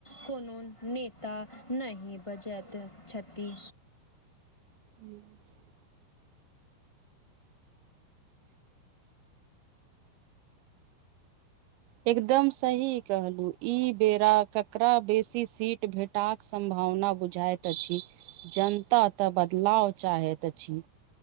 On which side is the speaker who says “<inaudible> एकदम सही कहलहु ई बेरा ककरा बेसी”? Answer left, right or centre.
Right